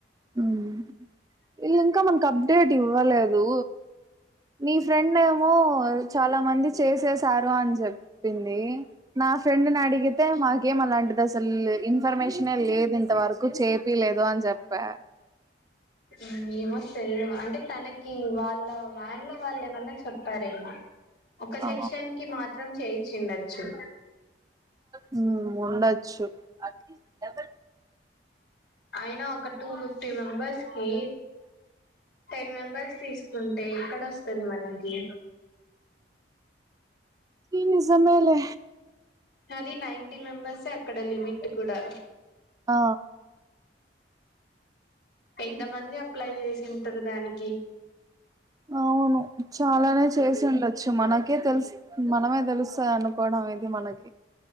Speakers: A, on the right; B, on the left.
A: మ్మ్ వీళ్ళింకా మనకి అప్డేట్ ఇవ్వలేదూ. నీ ఫ్రెండేమో చాలా మంది చేసేసారు అని చెప్పింది నా ఫ్రెండ్నడిగితే మాకేం అలాంటిదసలు ఇన్ఫర్మేషనే లేదు ఇంత వరకు చేపీలేదు అని చెప్పా
B: మ్మ్ ఏమో తెల్దు అంటే తనకి వాళ్ళ వాన్ లో వాళ్ళేమన్నా చెప్పారేమో ఒక
A: ఆ
B: సెక్షన్ కి మాత్రం చేయిచ్చిండొచ్చు
A: మ్మ్ ఉండొచ్చు డబల్
B: ఐనా ఒక టూ ఫిఫ్టీ మెంబర్స్ కి టెన్ మెంబర్స్ తీసుకుంటే ఎక్కడొస్ వస్తది మనకి
A: ఇ నిజమేలే
B: అది నైన్టీ మెంబెర్సే అక్కడ లిమిట్ కూడా
A: ఆ
B: ఎంతమంది అప్లై చేసింటరు దానికి
A: అవును చాలానే చేసిండచ్చు మన కే తెలుసు మనమే తెలుస్తాది అనుకోవడం ఇది మనకి